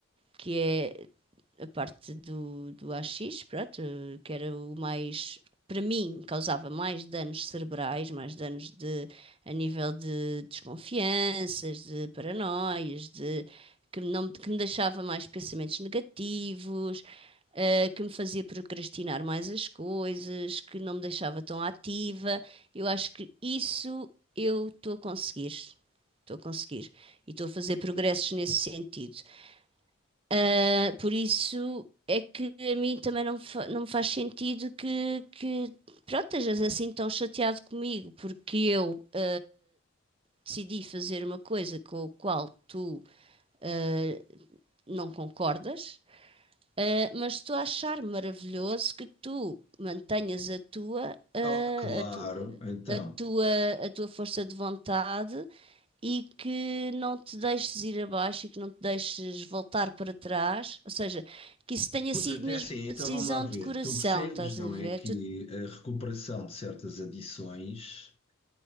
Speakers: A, on the right; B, on the left.
A: que é a parte do, do AX, pronto, que era o mais, para mim, causava mais danos cerebrais, mais danos de, a nível de desconfianças, de paranoias, de, que, não, que me deixava mais pensamentos negativos, eh, que me fazia procrastinar mais as coisas, que não me deixava tão ativa. Eu acho que isso eu estou a conseguir. Estou a conseguir. E estou a fazer progressos nesse sentido. Ah, por isso é que a mim também não me, fa- não me faz sentido que, que, pronto, estejas assim tão chateado comigo, porque eu ah, decidi fazer uma coisa com a qual tu ah, não concordas Uh, mas estou a achar maravilhoso que tu mantenhas a tua, uh,
B: Oh, claro,
A: a tu-
B: então,
A: a tua, a tua força de vontade e que não te deixes ir abaixo e que não te deixes voltar para trás. Ou seja, que isso tenha
B: Mas
A: sido
B: até
A: mesmo
B: assim,
A: uma
B: então
A: decisão
B: vamos lá ver.
A: de coração,
B: Tu percebes,
A: estás
B: não
A: a ver?
B: é, que
A: Tu,
B: a recuperação de certas adições,